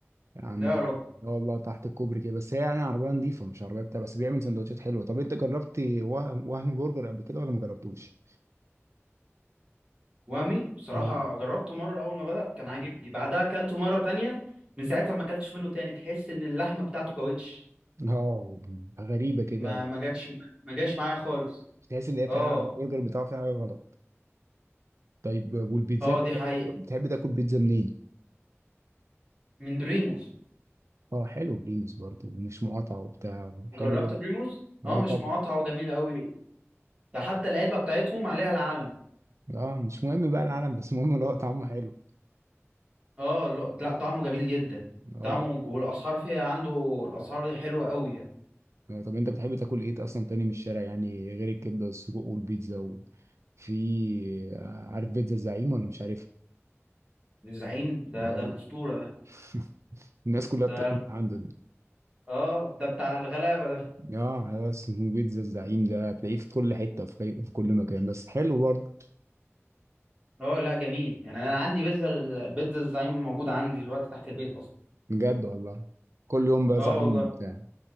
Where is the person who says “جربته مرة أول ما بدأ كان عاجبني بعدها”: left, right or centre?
Right